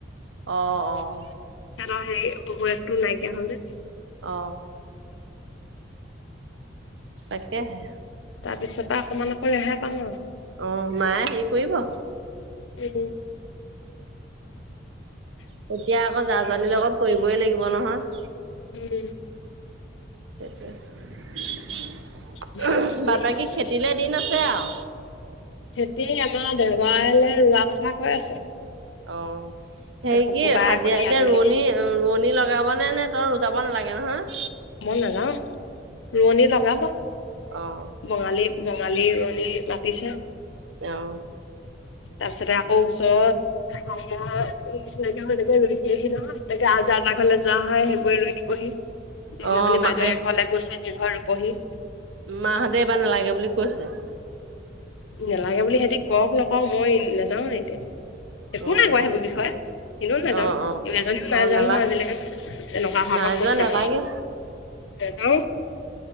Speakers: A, on the right; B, on the left.
A: অ অ
B: হেতৰ সেই শহু একটো নাইকিয়া হ'ল যে
A: অ তাকে হে।
B: তাৰ পিছত পাই অকণমান আকৌ ৰেহাই পাম আও।
A: অহ মায়ে হেৰি কৰিব।
B: নিদিয়ে।
A: তেতিয়া আকৌ যা জালিৰ লগত কৰিবই লাগিব নহয়।
B: এ
A: তাকে সেইটো
B: মই
A: উহ
B: নহ'লে
A: বাদ বাকী
B: কৈছো
A: খেতিলে দিন আছে আও
B: খেতি আমাৰ দেওবাৰেলে ৰোৱা কথা কৈ আছে।
A: অহ সেই
B: শুকুৰবাৰে
A: কি হাজিৰা
B: কঠীয়া
A: চাজিৰা
B: তুলি
A: ৰোৱনী। ‌ৰো ৰোৱণী লগাব নে নে তই যাব নালাগে নহয়।
B: মই নাযাওঁ। ৰোৱনী লগাব।
A: অহ
B: বঙালী-বঙালী ৰোৱনি মাতিছে।
A: অহ
B: তাৰপিছতে আকৌ ওচৰ। হাজিৰা নিচিনাকে এনেকে ৰুই দিয়েহি নহয়। তাকে আ জা তা ঘৰলে যোৱা হয়, সেইবোৰে ৰুই দিবহি। সেইনাখনি
A: অ', মা
B: বাইদেউ এক ঘৰলৈ গৈছে সেই ঘৰ ৰোবহি।
A: মা হঁতে এইবাৰ নালাগে বুলি কৈছে।
B: নালাগে বুলি হেতি কওক নকও মই নাযাওঁ ন এতিয়া একো
A: অ',
B: নাই কোৱা সেইবোৰ বিষয়ে এনেও নাযাওঁ
A: অ', অ',
B: এজনীও নাই
A: অ',
B: যাওঁ
A: নালা
B: নহয় আজিলেকে। তেনেকুৱা অহা
A: নাই
B: পৰা কত
A: যোৱা
B: যাব।
A: নালাগে
B: া